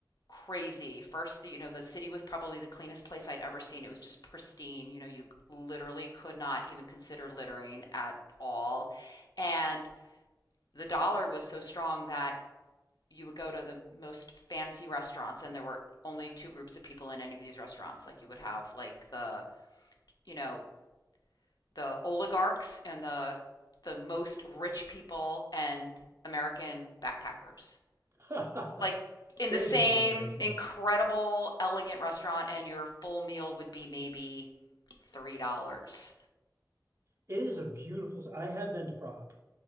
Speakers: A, on the left; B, on the right.
A: crazy. First, you know, the city was probably the cleanest place I'd ever seen. It was just pristine. You know, you literally could not even consider littering at all. And the dollar was so strong that you would go to the most fancy restaurants and there were only two groups of people in any of these restaurants. Like you would have like the, you know, the oligarchs and the the most rich people and American backpackers.
B: Wow.
A: Like
B: <laughs>
A: in
B: There
A: the same
B: is accommodation.
A: incredible elegant restaurant and your full meal would be maybe $3.
B: It is a beautiful. I have been to Prague.